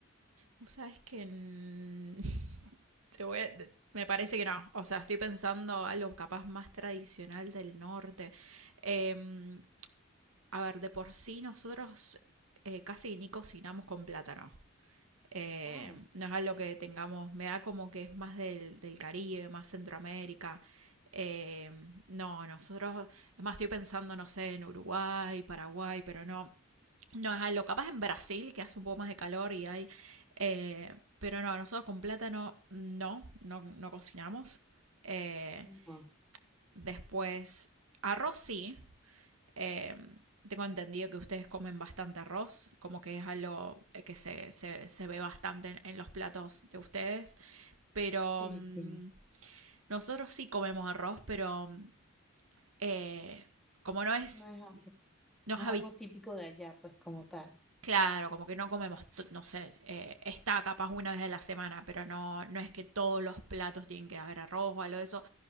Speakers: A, on the right; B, in the centre.
A: Vos sabés que n- <laughs> te voy a- te- Me parece que no. O sea, estoy pensando algo capaz más tradicional del norte. Em, a ver, de por sí nosotros eh, casi ni cocinamos con plátano. Em,
B: Ah,
A: no es algo que tengamos. Me da como que es más del, del Caribe, más Centroamérica. Em, no, nosotros. Es más, estoy pensando, no sé, en Uruguay, Paraguay, pero no. No es algo, capaz en Brasil, que hace un poco más de calor y hay... eh, pero no, nosotros con plátano no, no, no cocinamos. Eh,
B: no,
A: después, arroz sí. Eh, tengo entendido que ustedes comen bastante arroz, como que es algo eh, que se, se- se ve bastante en, en los platos de ustedes. Pero
B: sí,
A: mm,
B: sí.
A: nosotros sí comemos arroz, pero mm, eh, como no es,
B: No es algo,
A: no
B: no
A: es habi-
B: es algo típico de allá, pues como tal.
A: Claro, como que no comemos, to- no sé, eh, está capaz una vez a la semana, pero no, no es que todos los platos tienen que haber arroz o algo de eso.